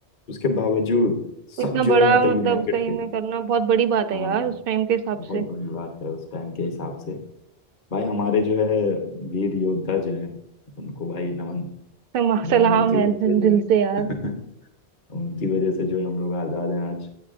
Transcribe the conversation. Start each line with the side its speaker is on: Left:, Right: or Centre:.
Left: उसके बावजूद
Right: इतना
Left: सब
Right: बड़ा
Left: जो है मतलब
Right: मतलब
Left: यूनाइटेड
Right: सही
Left: थे
Right: में करना बहुत बड़ी बात है
Left: हाँ
Right: यार उस टाइम के हिसाब
Left: बहुत
Right: से
Left: बड़ी बात है उस टाइम के हिसाब से भाई हमारे जो है वीर योद्धा जो हैं उनको भाई नमन
Right: समा-
Left: उन्होंने
Right: सलाम
Left: उनकी
Right: है
Left: वजह से
Right: दिल
Left: जो
Right: दिल से यार
Left: है <laughs> उनकी वजह से जो है हम लोग आजाद हैं आज